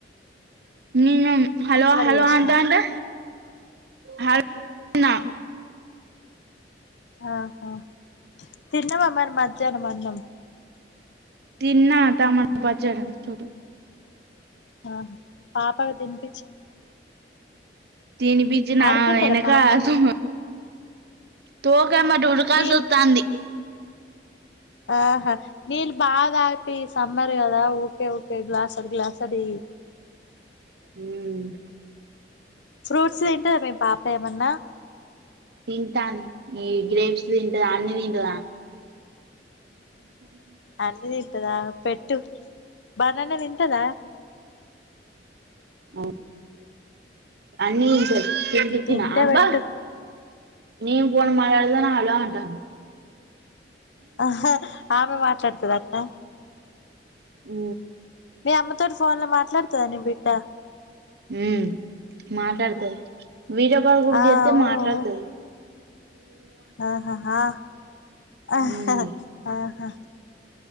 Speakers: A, on the right; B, on the left.
A: నేను హలో హలో
B: చేసిన
A: అంటంటే హల్ న
B: ఆహా తిన్నవామరి మద్ ధ్యానం అన్నం
A: తిన్నా టమాటా పచ్చడ తోటి
B: ఆహ పాప అయ్యిపొయింది
A: తినిపిచ్చి నా
B: ఆడుకుంటదా
A: ఎనక
B: పాప
A: ఆడుతూ తో పోమ్మ అటుఉడకల్సి
B: నీళ్ళు
A: వత్తాంది
B: ఆహా నీల్ బాగ తాపి సమ్మర్ అదా ఓకే ఓకే గ్లాస్ డ్ గ్లాస్ డ్ ఇయ్యి
A: మ్మ్
B: ఫ్రూట్స్ తింటాద మీ పాప ఏమన్నా
A: తింటాంది ఈ గ్రేప్స్ తింటది అన్ని తింటదా ఆమె
B: అన్ని తింటాదా పెట్టు బనానే తింటాద
A: అవును అన్నీ తింటాది తినిపిచ్చిన
B: తింటే
A: అబ్బా
B: పెట్టు
A: నను <unintelligible> ఫన్ మాట్లాడదా అలా అంటాను
B: ఆ ఆమె మాట్లాడుతుద ఆ
A: ఉ
B: మీ అమ్మతోటి ఫోన్ లో మాట్లాడుతాద నీ బి డ్డ
A: మ్మ్ మాట్లాడతాది వీడియో కాల్ గూడ
B: ఆ
A: చేత్తే
B: ఊ
A: మాట్లాడుతాది
B: ఊ ఆహా ఆహా
A: ఉమ్
B: హ